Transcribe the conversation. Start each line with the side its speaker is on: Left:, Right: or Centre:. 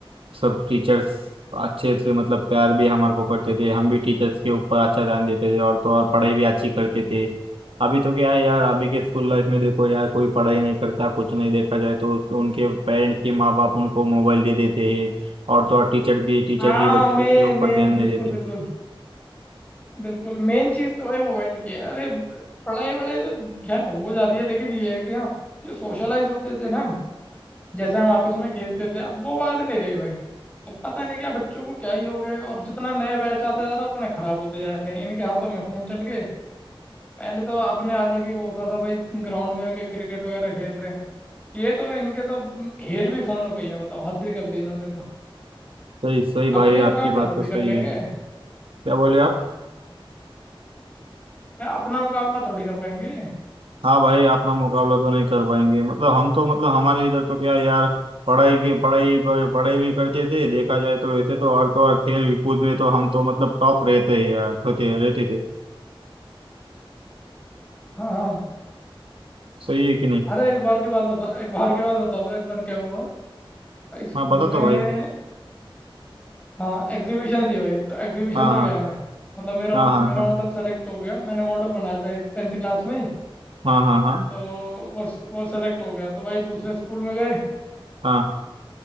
Right: सब टीचर्स अच्छे से मतलब प्यार भी हमारे को करते थे हम भी टीचर्स के ऊपर अच्छा ध्यान देते थे और तो और पढ़ाई भी अच्छी करते थे अभी तो क्या है यार अभी के स्कूल लाइफ में देखो यार कोई पढ़ाई नहीं करता कुछ नहीं देखा जाए तो उनके पेरेंट्स के माँ बाप उनको मोबाइल दे देते हैं और तो और टीचर भी टीचर
Left: हाँ
Right: भी बच्चे
Left: मेन
Right: के ऊपर
Left: मेन
Right: ध्यान नहीं
Left: बिल्कुल
Right: देते
Left: बिल्कुल बिल्कुल मेन चीज़ तो भाई मोबाइल की है अरे ब- पढ़ाई वढ़ाई तो खैर हो जाती है लेकिन ये है कि हाँ जो सोशलाइज होते थे ना जैसे हम आपस में खेलते थे अब वो बात नहीं रही भाई अब पता नहीं क्या बच्चों को क्या ही हो गया है, और जितना नया बैच आता जा रहा है उतने खराब होते जा रहे हैं इनके हाथों में फोन चल गए पहले तो अपने अलग ही वो होता था भाई ग्राउंड में आके क्रिकेट वगैरह खेल रहे हैं ये तो इनके तो म, खेल भी फोनों पे ही है बताओ हद ही कर दी इन्होंने तो
Right: सही सही भाई
Left: अपने मुकाबला
Right: आपकी बात
Left: थोड़ी
Right: तो सही
Left: कर लेंगे
Right: है क्या बोले आप
Left: अपना मुकाबला थोड़ी कर पाएंगे
Right: हाँ भाई अपना मुकाबला तो नहीं कर पाएंगे मतलब हम तो मतलब हमारे इधर तो क्या यार पढ़ाई के पढ़ाई पढ़ाई भी करते थे देखा जाए तो वैसे तो और तो और खेल कूद में तो हम तो मतलब टॉप रहते हैं यार होते रहते थे
Left: हाँ हाँ
Right: सही है कि नहीं
Left: अरे एक बार की बात बता एक बार की बात बता दो एक बार क्या हुआ स्कूल
Right: हाँ बता
Left: में
Right: तो भाई
Left: हाँ एग्जीबिशन थी भाई तो एग्जीबिशन
Right: हाँ
Left: में
Right: हाँ
Left: गया मैं मतलब मेरा
Right: हाँ
Left: मेरा
Right: हाँ
Left: मॉडल सेलेक्ट हो गया मैंने मॉडल बनाया था एक टेंथ क्लास में ही
Right: हाँ हाँ हाँ हाँ
Left: तो वो स- वो सेलेक्ट हो गया तो भाई दूसरे स्कूल में गए
Right: हाँ